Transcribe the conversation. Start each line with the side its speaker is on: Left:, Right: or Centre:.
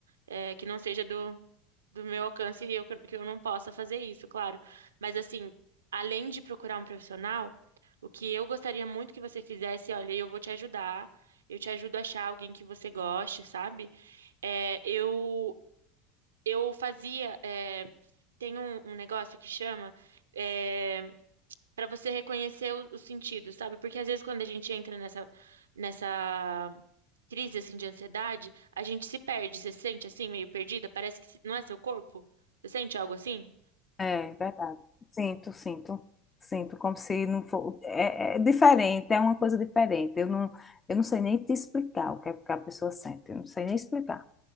Right: é, que não seja do, do meu alcance e eu, que eu que eu não possa fazer isso, claro. Mas assim, além de procurar um profissional, o que eu gostaria muito que você fizesse, olha, eu vou te ajudar, eu te ajudo a achar alguém que você goste, sabe? É, eu eu fazia. eh, tem um, um negócio que chama eh, para você reconhecer o- os sentidos, sabe? Porque às vezes quando a gente entra nessa, nessa crise assim de ansiedade, a gente se perde. Você se sente assim, meio perdida? Parece que se- não é seu corpo? Você sente algo assim?
Left: É verdade. Sinto, sinto, sinto, como se não for. É, é diferente, é uma coisa diferente. Eu não, eu não sei nem te explicar o que é que a pessoa sente. Eu não sei nem explicar.